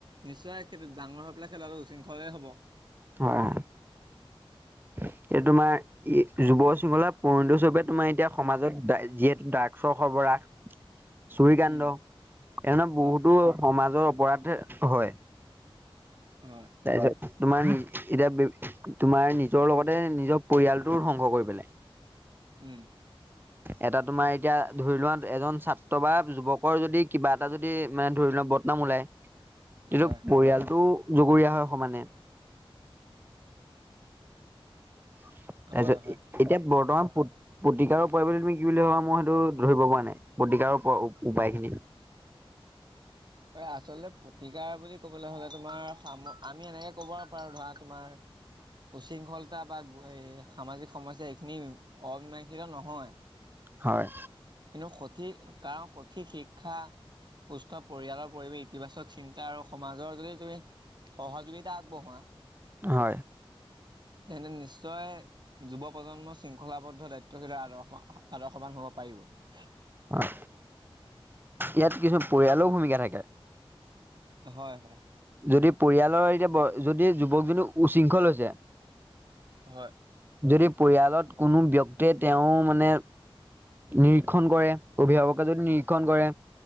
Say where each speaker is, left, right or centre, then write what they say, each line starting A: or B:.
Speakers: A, on the right (about 50°); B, on the right (about 20°).
A: নিশ্চয়েই ডাঙৰ হৈ পেলাই সেই ল'ৰাটো উশৃংখলেই হব।
B: হয়। এই তোমাৰ ই যুৱ উশৃংখলাতাৰ পইনট হিচাপে তোমাৰ এতিয়া সমাজত দায় যিহেটো ড্ৰাগছৰ সৰবৰাহ। চুৰী কাণ্ড
A: উম
B: এনে বহুতো
A: হয়
B: সমাজৰ হোৱাতে হয়।
A: হয়
B: তাৰপিছত তোমাৰ এতিয়া তোমাৰ নিজৰ লগতে নিজৰ পৰিয়ালটো ধ্বংস কৰি পেলাই
A: উম
B: এটা তোমাৰ এতিয়া ধৰি লোৱা এজন ছাত্ৰ বা যুৱকৰ যদি কিবা এটা যদি মানে ধৰি লোৱা বদনাম ওলাই কিন্তু
A: হয়
B: পৰিয়ালটো জগৰীয়া হয় সমানে তাৰপিছত
A: হয় হয়
B: এতিয়া বৰ্তমান পুত প্ৰতিকাৰৰ পৰিৱৰ্তে তুমি কি বুলি ভাবা মই সেইটো ধৰিব পৰা নাই, প্ৰতিকাৰৰ উপ উপায় খিনি
A: তই আচলতে প্ৰতিকাৰ বুলি ক'বলৈ হ'লে তোমাৰ সাম আমি এনেকে ক'ব পাৰো ধৰা তোমাৰ উশৃংখলতা বা এই সামাজিক সমস্যা এইখিনি অমিমাষিত নহয়
B: হয়
A: এনেও সঠিক কাৰণ সঠিক শিক্ষা সুস্থ পৰিয়ালৰ পৰিৱেশ ইতিবাচক চিন্তা আৰু সমাজৰ যদি তুমি সহযোগিতা আগবঢ়োৱা
B: হয়
A: তেন্তে নিশ্চয় যুৱ প্ৰজন্ম শৃংখলাবদ্ধ দায়িত্বশীলে আদৰ্শ আদৰ্শৱান হ'ব পাৰিব <unintelligible>
B: অহ ইয়াত কিছু পৰিয়ালৰো ভূমিকা থাকে
A: হয় হয়।
B: যদি পৰিয়ালৰ এতিয়া যদি যুৱকজনো উশৃংখল হৈছে
A: হয়
B: যদি পৰিয়ালত কোনো ব্যক্তিয়ে তেওঁ মানে, নিৰিক্ষণ কৰে অভিভাৱকে যদি নিৰি নিৰিক্ষণ কৰে